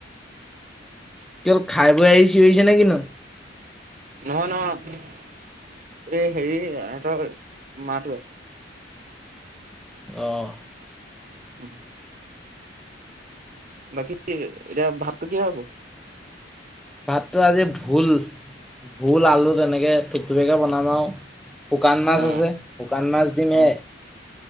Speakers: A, in the centre; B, on the right (about 45°).
A: কি হ'ল খাই বৈ আহি চিঞৰিছে নে কি নো?
B: নহয়, নহয় এই হেৰি এহঁতৰ মাতোৱে।
A: অ'।
B: উম। বাকী এতিয়া ভাতটো কিহৰে হ'ব?
A: ভাতটো আজি ভোল। ভোল, আলু তেনেকে ঠুপঠুপিয়াকে বনাম আৰু। শুকান মাছ
B: অ
A: আছে, শুকান মাছ দিম
B: অ
A: এয়াই।